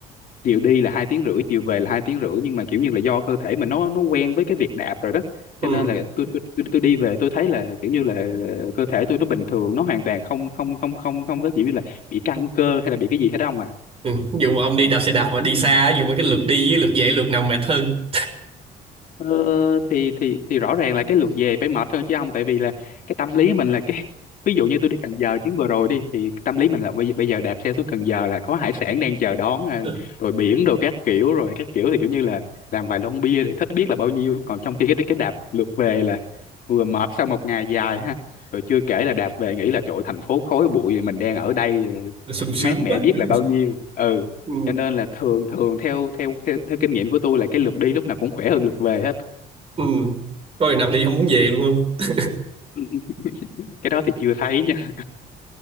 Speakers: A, on the left (about 55°); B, on the right (about 35°).
A: chiều đi là hai tiếng rưỡi chiều về là hai tiếng rưỡi nhưng mà kiểu như là do cơ thể mình nó nó quen với cái việc đạp rồi đó
B: Ừ.
A: cho nên là tôi tôi tôi, tôi đi về tôi thấy là kiểu như là cơ thể tôi nó bình thường nó hoàn toàn không không không không không có kiểu như là bị căng cơ hay là bị cái gì hết ông à
B: Ừ. Dù mà ông đi đạp xe đạp mà đi xa dù mà cái lượt đi với lượt về lượt nào mệt hơn
A: Ờ, thì thì thì rõ ràng là cái lượt về phải mệt hơn chứ ông tại vì là cái tâm lý mình là cái <laughs> ví dụ như tôi đi Cần Giờ chuyến vừa rồi đi thì tâm lý mình là bây, bây giờ đạp xe xuống Cần Giờ là có hải sản đang chờ đón à,
B: <laughs>
A: rồi biển đồ các kiểu rồi các kiểu thì kiểu như là làm vài lon bia thì thích biết là bao nhiêu còn trong khi cái cái đạp lượt về là vừa mệt sau một ngày dài ha rồi chưa kể là đạp về nghĩ là trời ơi, thành phố khói bụi mình đang ở đây ờ,
B: sung sướng
A: mát mẻ
B: quá
A: biết
B: <laughs>
A: là bao nhiêu ừ
B: ừ.
A: cho nên là thường thường theo theo theo, theo kinh nghiệm của tôi là cái lượt đi lúc nào cũng khỏe hơn lượt về hết
B: Ừ. Có ngày nào đi không muốn về luôn không
A: <laughs> cái đó thì chưa thấy nha